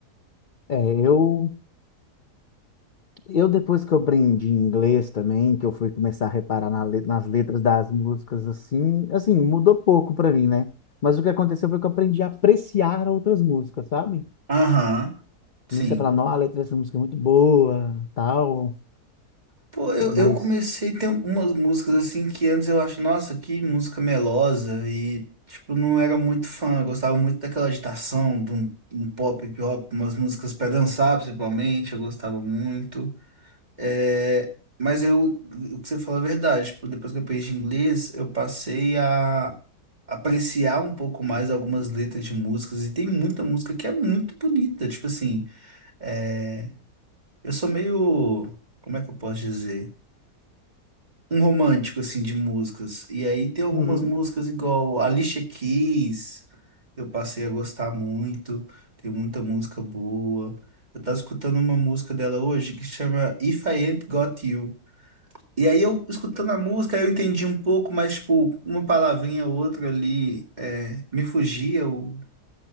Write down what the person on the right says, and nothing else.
Aham, sim.
Pô, eu,
eu comecei a ter umas músicas assim que antes eu acho, nossa, que música melosa e tipo, não era muito fã, eu gostava muito daquela agitação, de um, um pop, hip hop, umas músicas pra dançar, principalmente, eu gostava muito. É, mas eu, o que você fala é verdade, tipo, depois que eu aprendi inglês, eu passei a apreciar um pouco mais algumas letras de músicas e tem muita música que é muito bonita, tipo assim, é, eu sou meio, como é que eu posso dizer? um romântico, assim, de músicas. E aí tem algumas
músicas igual Alicia Keys, eu passei a gostar muito, tem muita música boa. Eu tava escutando uma música dela hoje que chama If I Ain't Got You. E aí eu, escutando a música, eu entendi um pouco, mas, tipo, uma palavrinha ou outra ali é, me fugia o,